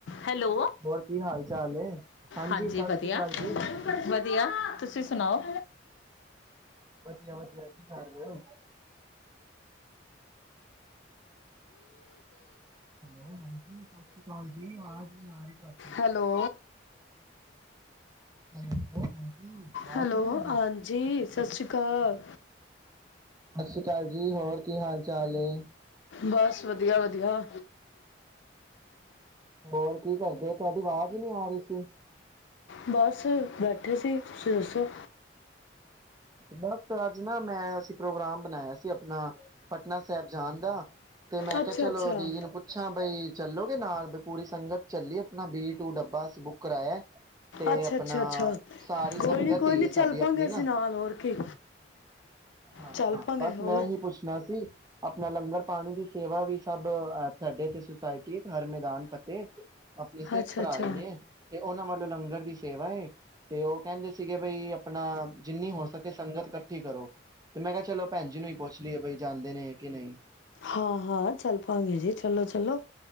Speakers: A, on the left; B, on the right.
A: ਹੈਲੋ,
B: ਹੋਰ ਕੀ ਹਾਲ ਚਾਲ ਹੈ
A: ਹਾਂਜੀ
B: ਸਤਿ
A: ਵਧੀਆ
B: ਸ਼੍ਰੀ ਅਕਾਲ
A: ਵਧੀਆ,
B: ਜੀ
A: ਵਧੀਆ ਤੁਸੀਂ ਸੁਣਾਓ।
B: ਵਧੀਆ ਵਧੀਆ ਕੀ ਕਰ ਰਹੇ ਹੋ ਹੈਲੋ ਹਾਂਜੀ ਸਤਿ ਸ੍ਰੀ ਅਕਾਲ ਜੀ ਆਵਾਜ਼ <unintelligible> ਆ ਰਹੀ ਤੁਹਾਡੀ
A: ਹੈਲੋ
B: ਹੈਲੋ ਹਾਂਜੀ ਆਵਾਜ਼
A: ਹੈਲੋ
B: ਨਹੀਂ ਆ ਰਹੀ
A: ਹਾਂਜੀ ਸਤਿ ਸ਼੍ਰੀ ਕਾਲ।
B: ਸਤਿ ਸ਼੍ਰੀ ਅਕਾਲ ਜੀ ਹੋਰ ਕੀ ਹਾਲ ਚਾਲ ਏ?
A: ਬਸ ਵਧੀਆ-ਵਧੀਆ।
B: ਹੋਰ ਕੀ ਕਰਦੇ ਤੁਹਾਡੀ ਆਵਾਜ਼ ਈ ਨੀ ਆ ਰਹੀ ਸੀ।
A: ਬਸ ਬੈਠੇ ਸੀ ਤੁਸੀਂ ਦੱਸੋ।
B: ਬਸ ਅੱਜ ਨਾ ਮੈਂ ਅਸੀਂ ਪ੍ਰੋਗਰਾਮ ਬਣਾਇਆ ਸੀ ਆਪਣਾ, ਪਟਨਾ ਸਾਹਿਬ ਜਾਣ ਦਾ ਤੇ ਮੈਂ
A: ਅੱਛਾ
B: ਕਿਹਾ ਚਲੋ
A: ਅੱਛਾ
B: ਦੀਦੀ ਨੂੰ ਪੁੱਛਾਂ ਬਈ ਚੱਲੋਗੇ ਨਾਲ ਪੂਰੀ ਸੰਗਤ ਚੱਲੀ ਐ ਆਪਣਾ ਬੀ ਟੂ ਡੱਬਾ ਅਸੀਂ ਬੁੱਕ ਕਰਾਇਆ। ਤੇ
A: ਅੱਛਾ
B: ਆਪਣਾ
A: ਅੱਛਾ ਅੱਛਾ
B: ਸਾਰੀ
A: ਕੋਈ
B: ਸੰਗਤ
A: ਨੀ ਕੋਈ
B: ਹੀ
A: ਨੀ
B: ਹੈ
A: ਚੱਲਪਾਂਗੇ
B: ਸਾਡੀ ਆਪਣੀ
A: ਅਸੀਂ
B: ਨਾ
A: ਨਾਲ। ਹੋਰ ਕੀ
B: ਹਾਂ
A: ਚੱਲ ਪਾਂਗੇ
B: ਬਸ
A: ਹੋਰ
B: ਮੈਂ ਏਹੀ ਪੁੱਛਣਾ ਸੀ। ਆਪਣਾ ਲੰਗਰ ਪਾਣੀ ਦੀ ਸੇਵਾ ਵੀ ਸਭ ਸਾਡੇ ਇਥੇ ਸੁਸਾਇਟੀ ਹਰ ਮੈਦਾਨ ਫਤਿਹ ਆਪਣੇ ਸਿੱਖ
A: ਅੱਛਾ
B: ਭਰਾ
A: ਅੱਛਾ
B: ਹੀ ਨੇ, ਤੇ ਉਹਨਾਂ ਵੱਲੋਂ ਲੰਗਰ ਦੀ ਸੇਵਾ ਏ ਤੇ ਉਹ ਕਹਿੰਦੇ ਸੀਗੇ ਬਈ ਆਪਣਾ ਜਿੰਨੀ ਹੋ ਸਕੇ ਸੰਗਤ ਇਕੱਠੀ ਕਰੋ, ਤੇ ਮੈਂ ਕਿਹਾ ਚਲੋ ਭੈਣ ਜੀ ਨੂੰ ਹੀ ਪੁੱਛ ਲਈਏ ਬਈ ਜਾਂਦੇ ਨੇ ਕਿ ਨਹੀਂ।
A: ਹਾਂ-ਹਾਂ ਚੱਲ ਪਾਾਂਗੇ ਜੀ ਚੱਲੋ-ਚੱਲੋ।